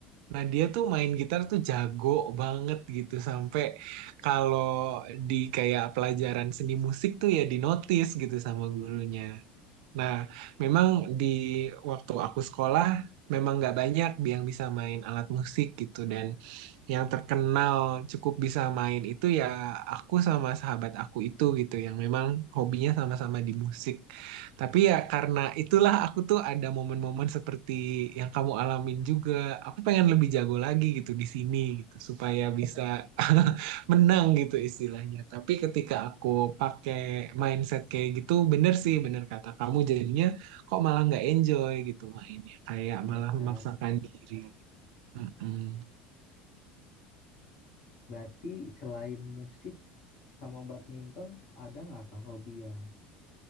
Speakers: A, on the right; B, on the left.
A: Nah, dia tuh main gitar tuh jago banget gitu sampai kalau di kayak pelajaran seni musik tuh ya dinotis gitu sama gurunya. Nah, memang di waktu aku sekolah memang nggak banyak yang bisa main alat musik gitu dan yang terkenal cukup bisa main itu ya aku sama sahabat aku itu gitu yang memang hobinya sama-sama di musik. Tapi ya karena itulah aku tuh ada momen-momen seperti yang kamu alamin juga. Aku pengen lebih jago lagi gitu di sini gitu supaya bisa <laughs> menang gitu istilahnya. Tapi ketika aku pakai mindset kayak gitu bener sih bener kata kamu jadinya kok malah nggak enjoy gitu mainnya kayak
B: Iya
A: malah
B: kan
A: memaksakan diri. Mm-mm.
B: berarti selain musik sama badminton ada nggak kah hobi yang